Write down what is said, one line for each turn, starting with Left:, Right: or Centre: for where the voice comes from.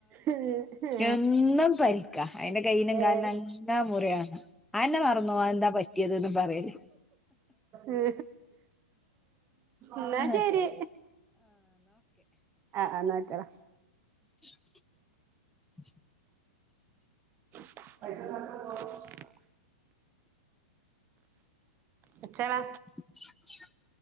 Right: ഏ
Centre: എന്നും പനി അയിന്റെ കയ്യിനും
Right: ഏ
Centre: കാൽനും അങ്ങ മുറിയാ അഹന്നെ മറന്നോവും അഹന്താ പറ്റിയത് ന്ന് പറയല്.
Right: ഉ ഇന്നാ
Centre: ആഹ്
Right: ശരി ആ ആ ഇന്നാ വെച്ചാള.
Centre: ഉ <inaudible> ഉ
Right: <unintelligible> വെച്ചാള
Centre: <unintelligible>